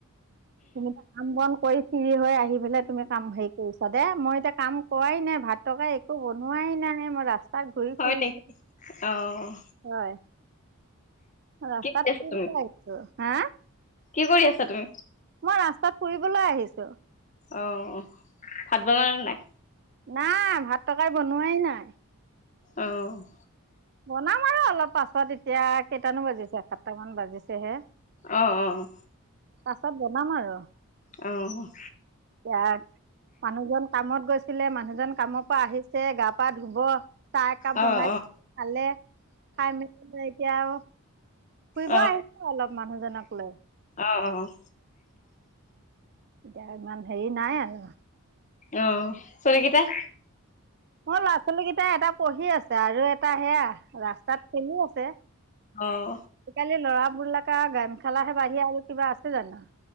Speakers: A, on the right; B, on the left.
A: খু তুমি এতিয়া কাম বন কৰিছ ফিৰ হৈ আহি পেলাই তুমি কাম হেৰি কৰিছা দে, মই এতিয়া কাম কৰাই নাই ভাত টকাৰি একো বনোৱাই নাই, মই ৰাস্তাত ঘূৰি
B: হয়
A: ফুৰিছো
B: নেকি অ',
A: হয়। ৰাস্তাত
B: কৰি
A: কি
B: আছা তুমি
A: বিচাৰি আহিছ। হা?
B: কি কৰি আছা তুমি।
A: মই ৰাস্তাত ফুৰিবলৈ আহিছো।
B: অ', ভাত বনালা নে নাই।
A: নাই ভাত তৰকাৰী বনোৱাই নাই।
B: অ'।
A: বনাম আৰু অলপ পাছত এতিয়া, কেইটানো বাজিছে সাতটামান বাজিছেহে।
B: অ', -অ'।
A: পাছত বনাম আৰু।
B: অ'।
A: <unintelligible> মানুহজন কামত গৈছিলে, মানুহজন কামৰ পৰা আহিছে গা-পা ধুব চাহ একাপ
B: অ',
A: বনাই খালে, খাই-মেলি পেলাই এতিয়া আও ফুৰিব
B: অ',
A: আহিছো অলপ। মানুহজনক লৈ।
B: অ'।
A: এতিয়া ইমান হেৰি নাই আৰু।
B: অ', চলিকেইটাই
A: মোৰ ল'ৰা-ছোৱালী কেইটা এটা পঢ়ি আছে আৰু এটা সেয়া ৰাস্তাত খেলি আছে।
B: অ',
A: কালি ল'ৰা <unintelligible> গেমখেলাাহে বাহি আৰু কিবা আছে জানো?